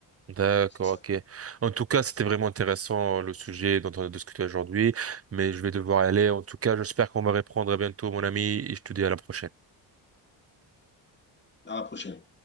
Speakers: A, on the right; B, on the left.
A: d'accord,
B: c'est ça.
A: ok. En tout cas, c'était vraiment intéressant euh, le sujet dont on a discuté aujourd'hui, mais je vais devoir y aller. En tout cas, j'espère qu'on va reprendre à bientôt, mon ami, et je te dis à la prochaine.
B: À la prochaine.